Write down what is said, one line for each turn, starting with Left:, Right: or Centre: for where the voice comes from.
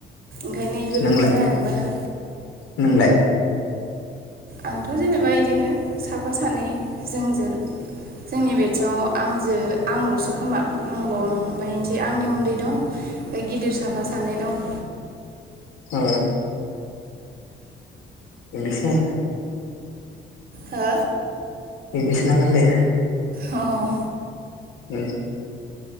Right: ओंखायनो इफोरबो
Left: नोंलाय
Right: जायानो बारा
Left: नोंलाय
Right: आंथ जेनेबा इद दिनो साफा सानै जोंजों जोंनि बे खाथियाव आंजो आंल'सो खोमा आंल' औ ओमफ्राय आंनि उन्दै दं ओमफ्राय गिदिर साफा सानै दं।
Left: ओ इंलिस नि
Right: हा
Left: इंलीस ना मानदे
Right: अह
Left: ओ